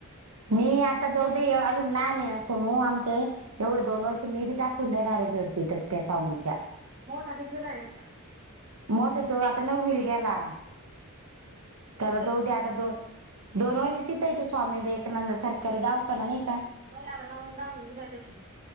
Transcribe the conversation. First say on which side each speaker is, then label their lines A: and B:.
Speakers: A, on the right; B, on the right.
A: मी आता जाऊ देे अजून लहान ये आहे ना समूह आमचे एवढं दोन वर्ष मी बी टाकून देणार आहे झडपीतच त्या सांंगीच्या
B: <inaudible>
A: मोठ तो आता नवीला गेला
B: नववीला कुठे
A: तर जाऊद्या
B: तो
A: आता दोन दोन वर्ष तिथं आहे तो स्वामी विवेकानंद सरकारी दवाखना नाही का?
B: बर आता नवीन दहावी उद्या त्याची